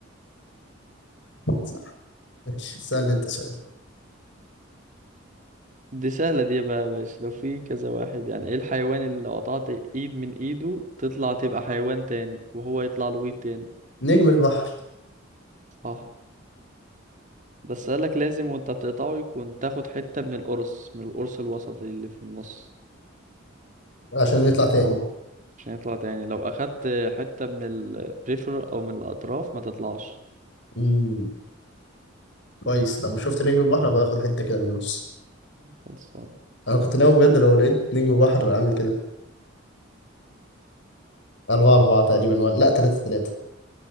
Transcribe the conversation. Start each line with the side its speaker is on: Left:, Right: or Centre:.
Left: صح ماشي سألني انت سؤال
Right: دي سهلة دي بقى يا باشا لو في كذا واحد يعني ايه الحيوان اللي لو قطعت ايد من ايده تطلع تبقى حيوان تاني وهو يطلع له ايد تاني
Left: نجم البحر
Right: صح بس قالك لازم وانت بتقطعه يكون تاخد حتة من القرص من القرص الوسطي اللي في النص
Left: عشان نطلع تاني
Right: عشان يطلع تاني لو أخدت حتة من البريفر أو من الأطراف ما تطلعش
Left: مم. كويس لما شفت نجم البحر ابقى اخد حتة كده من النص
Right: خلصان
Left: انا كنت ناوي بجد لو لقيت نجم بحر اعمل كده أربعة أربعة تقريبا ولا لأ تلاتة تلاتة